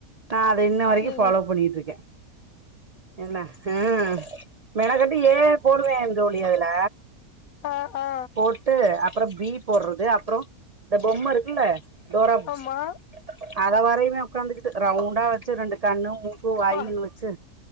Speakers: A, on the right; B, on the left.
A: நா அத இன்ன வரைக்கு
B: சேரி
A: ஃபாலோ பண்ணிட்டு இருக்கே என்ன ஆஹ் மெனக்கட்டு ஏ போடுவே தோழி அதுல
B: ஆ ஆ
A: போட்டு அ அப்புறம் பீ போடுறது அப்புறம் இந்த பொம்ம இருக்குல்ல டோரா புஜ்ஜி
B: ஆமா
A: அத வரையுமே உட்காந்துக்கிட்டு ரவுண்டா வச்சு ரெண்டு கண்ணும் மு க்கு வாயன்னு
B: ப்பா
A: வச்சு